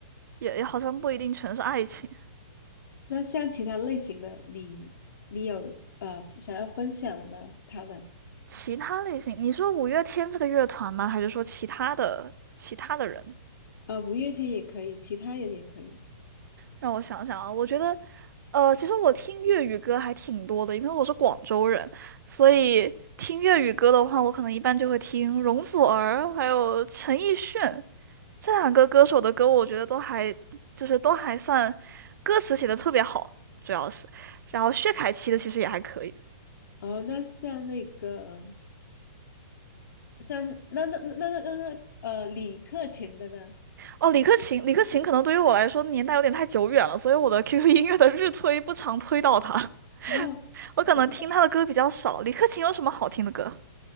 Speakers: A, on the right; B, on the left.
A: 也也好像不一定全是爱情。
B: 那像其他类型的，你你有呃想要分享的吗？他的
A: 其他类型，你说五月天这个乐团吗？还是说其他的其他的人？
B: 呃，五月天也可以，其他人也可以。
A: 让我想想啊，我觉得，呃，其实我听粤语歌还挺多的，因为我是广州人，所以听粤语歌的话，我可能一般就会听容祖儿，还有陈奕迅这两个歌手的歌，我觉得都还就是都还算歌词写的特别好，主要是，然后薛凯琪的其实也还可以。
B: 哦，那像那个。像那那那那那个呃，李克勤的呢？
A: 哦，李克勤，李克勤可能对于我来说年代有点太久远了，所以我的 QQ 音乐的日推不常推到他。
B: 哦，
A: 我可能听他的歌比较少。
B: 我知道
A: 李克勤有什么好听的歌